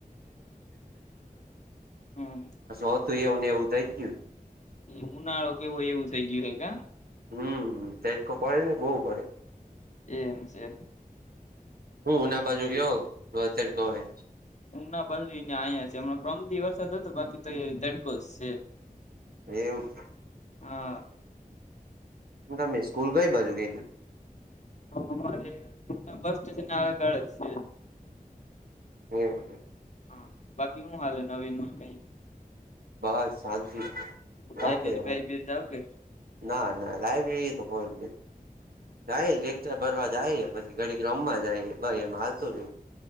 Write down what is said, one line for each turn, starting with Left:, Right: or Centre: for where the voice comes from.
Left: હમ
Right: હોતું એવું ને એવું થઈ ગયું.
Left: એ ઉનાળો <unintelligible>
Right: હમ તડકો પડે ને બહુ પડે
Left: એમ છે.
Right: <unintelligible>
Left: <unintelligible>
Right: એવું.
Left: હા.
Right: <unintelligible>
Left: અમારે બસ સ્ટેશન ને આગળ ગાળે છે.
Right: હમ.
Left: હા. બાકી શું હાલે નવીનમાં કઈ?
Right: બસ શાંતિ.
Left: લાયબ્રેરી
Right: વાજ નઈ હ.
Left: બાયબ્રેરી જાવ કે
Right: ના ના. લબ્રેરી તો કોઈ જાય. લેક્ચર ભરવા જાય. પછી ઘડી રમવા જાય. ભ એમ હાલતું શું.